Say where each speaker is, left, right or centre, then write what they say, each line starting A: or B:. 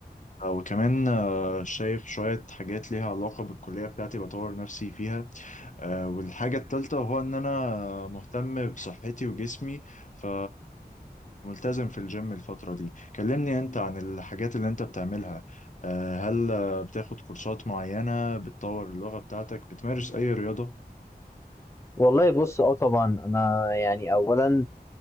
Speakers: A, on the left; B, on the left.
A: آه، وكمان آه شايف شوية حاجات ليها علاقة بالكلية بتاعتي بطور نفسي فيها آه والحاجة التالتة هو إن أنا مهتم بصحتي وجسمي ف ملتزم في الجيم الفترة دي كلمني أنت عن الحاجات اللي أنت بتعملها آه هل آه، بتاخد كورسات معينة بتطور اللغة بتاعتك بتمارس أي رياضة؟
B: والله بص اه طبعا انا يعني اولا